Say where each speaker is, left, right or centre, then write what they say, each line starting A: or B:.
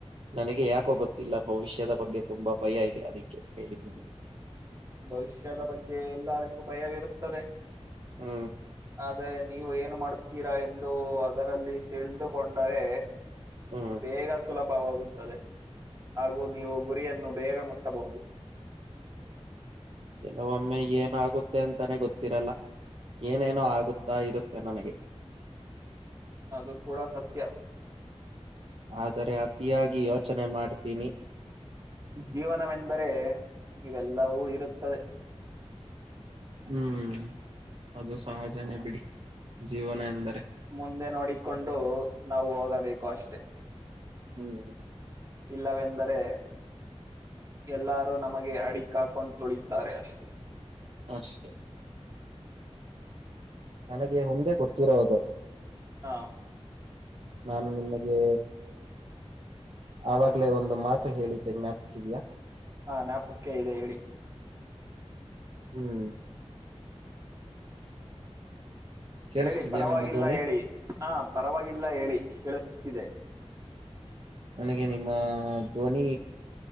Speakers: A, on the right; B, on the right.
A: ನನಗೆ ಯಾಕೋ ಗೊತ್ತಿಲ್ಲ ಭವಿಷ್ಯದ ಬಗ್ಗೆ ತುಂಬಾ ಭಯ ಇದೆ ಅದಕ್ಕೆ ಹೇಳಿದ್ದು ನೀ
B: ಭವಿಷ್ಯದ ಬಗ್ಗೆ ಎಲ್ಲರಿಗೂ ಭಯವಿರುತ್ತದೆ
A: ಹ್ಮ
B: ಆದೇ ನೀವು ಏನು ಮಾಡುತ್ತೀರಾ ಎಂದು ಅದರಲ್ಲಿ ತಿಳಿದುಕೊಂಡರೆ
A: ಹ್ಮ್
B: ಬೇಗ ಸುಲಭ ವಾಗುತ್ತದೆ ಹಾಗೂ ನೀವು ಗುರಿಯನ್ನು ಬೇಗ ಮುಟ್ಟಬಹುದು
A: ಕೆಲವೊಮ್ಮೆ ಏನಾಗುತ್ತೆ ಅಂತಾನೆ ಗೊತ್ತಿರಲ್ಲ ಏನೇನೋ ಆಗುತ್ತಾ ಇರುತ್ತೆ ನನಗೆ
B: ಅದು ಕೂಡ ಸತ್ಯ
A: ಆದರೆ ಅತಿಯಾಗಿ ಯೋಚನೆ ಮಾಡ್ತೀನಿ
B: ಜೀವನವೆಂದರೆ ಇವೆಲ್ಲವೂ ಇರುತ್ತದೆ
A: ಹ್ಮ್ ಅದು ಸಹಜನೇ ಬಿಡಿ ಜೀವನ ಎಂದರೆ
B: ಮುಂದೆ ನೋಡಿಕೊಂಡು ನಾವು ಹೋಗಬೇಕು ಅಷ್ಟೆ
A: ಹ್ಮ್
B: ಇಲ್ಲವೆಂದರೆ ಎಲ್ಲಾರೂ ನಮಗೆ ಅಡಿಕ್ ಹಾಕೊಂಡ್ ತುಳಿತಾರೆ ಅಷ್ಟು
A: ಅಷ್ಟೇ ನನಗೆ ಒಂದೆ ಗೊತ್ತಿರೋದು
B: ಹಾ
A: ನಾನು ನಿಮಗೆ ಆವಾಗ್ಲೇ ಒಂದು ಮಾತು ಹೇಳಿದ್ದೆ ಜ್ಞಾಪಕಿದಯಾ
B: ಹಾ ಜ್ಞಾಪಕ್ಕೆ ಇದೆ ಹೇಳಿ
A: ಹ್ಮ್ ಕೇಳಿಸ್ತಿದ್ಯಾ
B: ಹೇಳಿ ಪರವಾಗಿಲ್ಲ
A: ನಮ್ಮ ಧ್ವನಿ
B: ಹೇಳಿ ಹ ಪರವಾಗಿಲ್ಲ ಹೇಳಿ ಹೇಳ ಸಿಕ್ಕಿದೆ
A: ನನಗೆ ನಿಮ್ಮ ಧ್ವನಿ